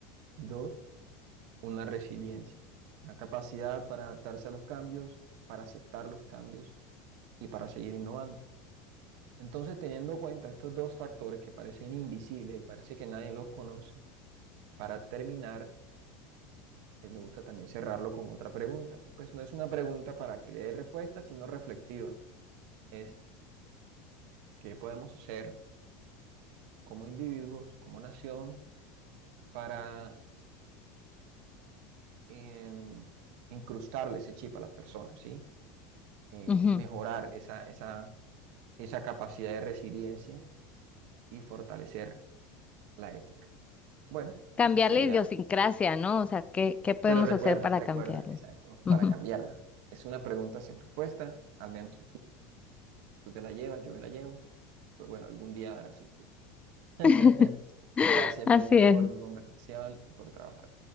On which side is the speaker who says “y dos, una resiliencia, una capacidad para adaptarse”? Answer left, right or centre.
Right